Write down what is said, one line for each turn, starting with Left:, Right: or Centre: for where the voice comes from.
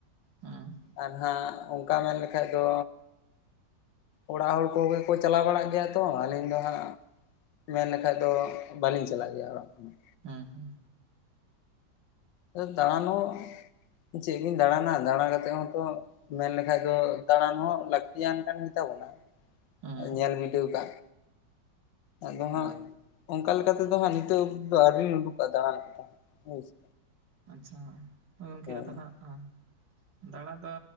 Right: ᱦᱮᱸ
Left: ᱟᱨ ᱦᱟᱸᱜ ᱚᱱᱠᱟ ᱢᱮᱱ ᱞᱮᱠᱷᱟᱡ ᱫᱚ ᱚᱲᱟᱜ ᱦᱚᱲ ᱠᱚᱜᱮ ᱠᱚ ᱪᱟᱞᱟᱣ ᱵᱟᱲᱟᱜ ᱜᱮᱭᱟ ᱛᱚ ᱟᱹᱞᱤᱧ ᱫᱚ ᱦᱟᱸᱜ ᱢᱮᱱ ᱞᱮᱠᱷᱟᱡ ᱫᱚ ᱵᱟᱹᱞᱤᱧ ᱪᱟᱞᱟᱜ ᱜᱮᱭᱟ ᱚᱲᱟᱜ ᱠᱷᱚᱱᱟᱜ
Right: ᱦᱮᱸ ᱦᱮᱸ
Left: ᱟᱫᱚ ᱫᱟᱬᱟᱱ ᱦᱚᱸ ᱪᱮᱫ ᱵᱤᱱ ᱫᱟᱬᱟᱱᱟ ᱫᱟᱬᱟ ᱠᱟᱛᱮ ᱦᱚᱸᱛᱚ ᱢᱮᱱ ᱞᱮᱠᱷᱟᱡ ᱫᱚ ᱫᱟᱬᱟᱱ ᱦᱚᱸ ᱞᱟᱹᱠᱛᱤᱭᱟᱱ ᱠᱟᱱ ᱜᱮᱛᱟᱵᱚᱱᱟ
Right: ᱦᱩᱸ
Left: ᱧᱮᱞ ᱵᱤᱰᱟᱹᱣ ᱟᱠᱟᱫ ᱟᱫᱚ ᱦᱟᱸᱜ
Right: ᱦᱳᱭ
Left: ᱚᱱᱠᱟ ᱞᱮᱠᱟ ᱛᱮᱫᱚ ᱦᱟᱸᱜ ᱱᱤᱛᱚᱜ ᱚᱵ ᱟᱹᱣᱨᱤᱧ ᱩᱰᱩᱠᱚᱜᱼᱟ ᱫᱟᱬᱟᱱ ᱞᱮᱠᱟ ᱦᱳᱭ ᱥᱮ
Right: ᱟᱪᱪᱷᱟ ᱛᱚ ᱜᱚᱢᱠᱮ
Left: ᱦᱳᱭ
Right: ᱟᱫᱚ ᱦᱟᱸᱜ ᱟᱸ ᱫᱟᱬᱟ ᱫᱚ